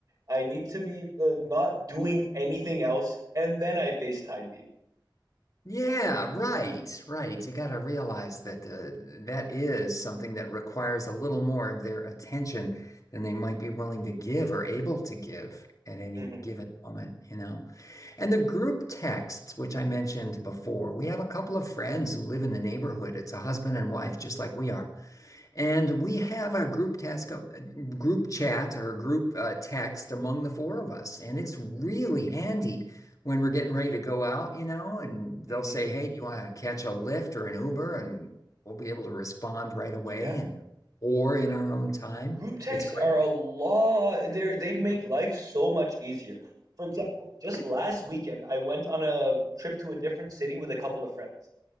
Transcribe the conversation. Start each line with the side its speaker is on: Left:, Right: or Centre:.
Right: I need to be uh, not doing anything else, and then I FaceTime people.
Left: Yeah, right, right. You got to realize that uh, that is something that requires a little more of their attention than they might be willing to give or able to give at any
Right: hmm
Left: given moment, you know. And the group texts, which I mentioned before, we have a couple of friends who live in the neighborhood. It's a husband and wife, just like we are. And we have a group task, uh, group chat or a group uh, text among the four of us. And it's really handy when we're getting ready to go out, you know, and
Right: hmm
Left: they'll say, Hey, do you want to catch a Lyft or an Uber? And we'll be able to respond right away
Right: Yeah.
Left: and or in our own time.
Right: Group texts
Left: It's great.
Right: are a law. They're they make life so much easier. For example, just last weekend, I went on a trip to a different city with a couple of friends.